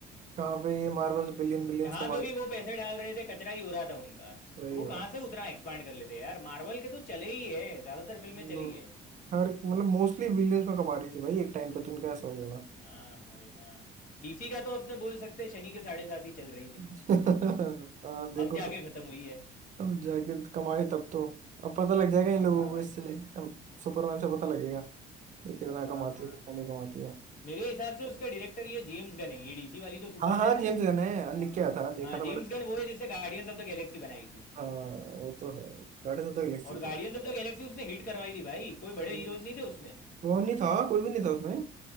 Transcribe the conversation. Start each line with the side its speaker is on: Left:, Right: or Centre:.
Right: कहाँ पे ये मार्वल बिलियन बिलियंस
Left: जहां
Right: कमा
Left: पे
Right: रही,
Left: भी वो पैसे डाल रहे थे कचरा ही हो रहा था उनका
Right: सही
Left: तो वो
Right: बात
Left: कहाँ से उतना एक्सपांड कर लेते यार मार्वल के तो चले ही है ज्यादातर फिल्में
Right: हम्म,
Left: चली है
Right: हर मतलब मोस्टली बिलियंस में कमा रही थी भाई एक टाइम पे तो उनका ऐसा हो जाएगा
Left: हाँ भाई हाँ डीसी का तो अपने बोल सकते हैं, शनि के साढ़े साथ ही चल रही थी
Right: <laughs> हाँ, देखो
Left: अब जाके खत्म हुई है
Right: अब जाके कमाए तब तो अब पता लग जाएगा
Left: हाँ
Right: इन लोगों को
Left: भाई
Right: इससे अब सुपरमैन से पता लगेगा ये कितना
Left: हाँ
Right: कमाती
Left: हाँ
Right: है कितना नहीं कमाती है
Left: हाँ। मेरे हिसाब से उसका डायरेक्टर ये जेम्स गन है ये डीसी वाली जो सुपरमैन
Right: हाँ हाँ
Left: है
Right: जेम्स
Left: ना
Right: गन है
Left: हाँ
Right: लिख के आया था देखा
Left: हाँ,
Right: था
Left: जेम्स
Right: मैंने
Left: गन वो है जिसने गार्डियंस ऑफ द गैलेक्सी बनाई थी
Right: हाँ वो तो है गार्डियंस ऑफ द गैलेक्सी
Left: और
Right: तो
Left: गार्डियंस ऑफ द गैलेक्सी उसने हिट करवाई थी भाई कोई बड़े
Right: हम्म,
Left: हीरोज नहीं थे उसमें
Right: कौन नहीं था कोई भी नहीं था उसमें